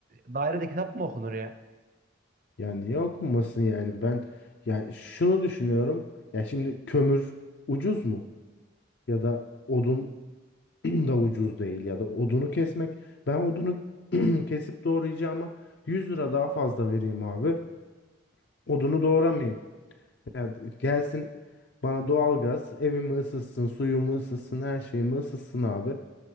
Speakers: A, on the right; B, on the left.
A: E, Dairede kitap mı okunur ya?
B: Yani yok musun yani ben yani şunu düşünüyorum. Ya şimdi kömür ucuz mu? Ya da odun <clears throat> da ucuz değil ya da odunu kesmek. Ben odunu <clears throat> kesip doğrayacağıma 100 lira daha fazla vereyim abi. Odunu doğramayayım. Ya gelsin bana doğalgaz, evimi ısıtsın, suyumu ısıtsın, her şeyimi ısıtsın abi.